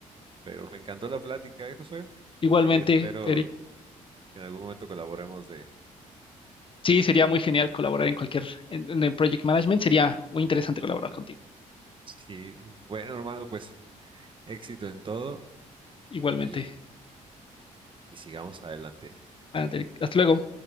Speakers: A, on the right (about 35°); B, on the left (about 40°).
A: Pero me encantó la plática, ¿eh, Josué?
B: igualmente,
A: Ahí espero
B: Eric.
A: que en algún momento colaboremos de...
B: Sí, sería muy genial colaborar en cualquier, en, en el Project Management, sería muy interesante colaborar contigo.
A: Sí, bueno, hermano, pues éxito en todo
B: Igualmente,
A: y, y sigamos adelante.
B: Anate, hasta luego.